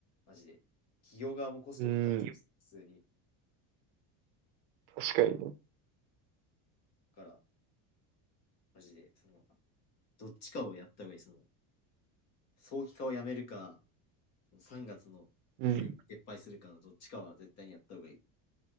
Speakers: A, on the left; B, on the right.
A: マジで。企業側もコストかかっちゃう、
B: う。うん、
A: 普通に。
B: 確かにね。
A: から、マジで、その、どっちかをやった方がいい。その、早期化をやめるか、3月のルール撤廃するかのどっちかは絶対にやった方がいい。
B: うん。